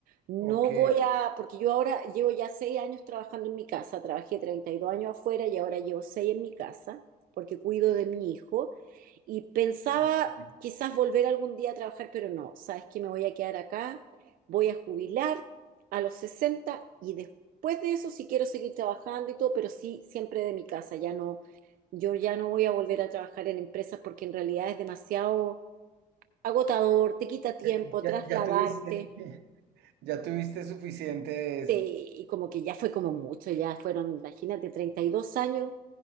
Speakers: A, on the right (about 55°); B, on the right (about 85°).
A: No
B: ok,
A: voy a, porque yo ahora llevo ya 6 años trabajando en mi casa, trabajé 32 años afuera y ahora llevo 6 en mi casa, porque cuido de mi hijo. Y pensaba
B: ok.
A: quizás volver algún día a trabajar, pero no, sabes que me voy a quedar acá, voy a jubilar a los 60 y después de eso si quiero seguir trabajando y todo, pero sí siempre de mi casa, ya no yo ya no voy a volver a trabajar en empresas porque en realidad es demasiado agotador, te quita tiempo,
B: Ya, ya-
A: trasladarte,
B: ya tuviste, <laughs> ya tuviste suficiente de eso.
A: te- y como que ya fue como mucho, ya fueron, imagínate, 32 años